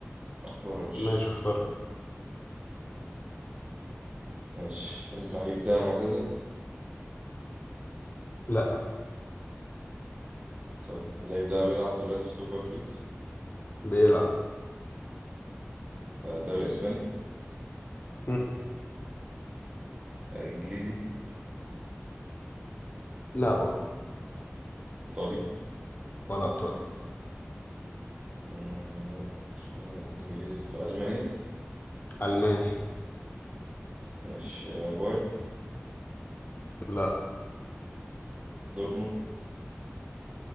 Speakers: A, on the right; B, on the left.
A: طرش
B: ماشي اختار
A: ماشي اللعيب ده معتزل
B: لا
A: طيب اللعيب ده بيلعب دلوقتي في توب فايف ليجز
B: بيلعب
A: آه، دوري اسباني
B: مم.
A: آه، انجليزي
B: لا برضه
A: ايطالي
B: ولا ايطالي
A: مم، اسباني انجليزي ايطالي الماني
B: الماني
A: ماشي آه، بايرن
B: لا
A: دورتموند